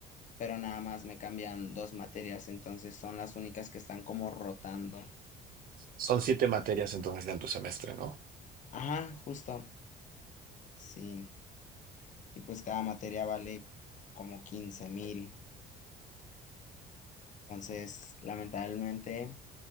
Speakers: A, on the left (about 45°); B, on the right (about 60°).
A: pero nada más me cambian dos materias. Entonces son las únicas que están como rotando.
B: Son siete materias entonces en tu semestre, ¿no?
A: Ajá, justo. Sí. y pues cada materia vale como quince mil. Entonces, lamentablemente,